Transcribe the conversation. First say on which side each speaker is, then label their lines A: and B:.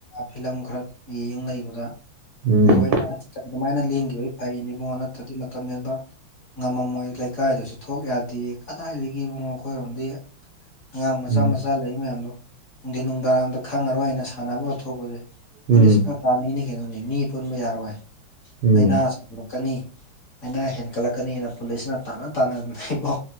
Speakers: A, on the left; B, on the right.
A: ꯐꯤꯂꯝ ꯈꯔ ꯌꯦꯡ ꯂꯩꯕꯗ
B: ꯎꯝ
A: ꯂꯣꯏꯅ ꯑꯗꯨꯃꯥꯏꯅ ꯂꯦꯡꯒꯤꯈꯤꯕꯗꯤ ꯐꯩꯅꯤ ꯏꯕꯉꯣ ꯅꯠꯇ꯭ꯔꯗꯤ ꯃꯇꯝ ꯅꯕ ꯉꯝꯃꯝꯃꯣꯏ ꯂꯩꯀꯥꯏꯗꯁꯨ ꯊꯣꯛ ꯌꯥꯗꯦ ꯀꯗꯥꯏꯗꯒꯤꯣ ꯃꯈꯣꯏꯔꯣꯝꯗꯤ ꯑꯉꯥꯡ ꯃꯆꯥ
B: ꯎꯝ
A: ꯃꯆꯥ ꯂꯩ ꯃꯌꯥꯝꯗꯣ ꯅꯨꯡꯊꯤꯟ ꯅꯨꯡꯗꯥꯡꯔꯝꯗ ꯈꯪꯉꯔꯣꯏ ꯍꯥꯏꯅ ꯁꯥꯟꯅꯕꯒ ꯊꯣꯛꯄꯁꯦ
B: ꯎꯝ
A: ꯄꯨꯂꯤꯁꯅ ꯇꯥꯅꯉꯤꯅꯤ ꯀꯩꯅꯣꯅꯤ ꯃꯤ ꯄꯨꯟꯕ ꯌꯥꯔꯣꯏ
B: ꯎꯝ
A: ꯂꯥꯏꯅꯥ ꯂꯛꯀꯅꯤ ꯑꯩꯅ ꯍꯦꯟꯒꯠꯂꯛꯀꯅꯤꯅ ꯄꯨꯂꯤꯁꯅ ꯇꯥꯟꯅ ꯇꯥꯟꯅꯗꯅ ꯏꯕꯣ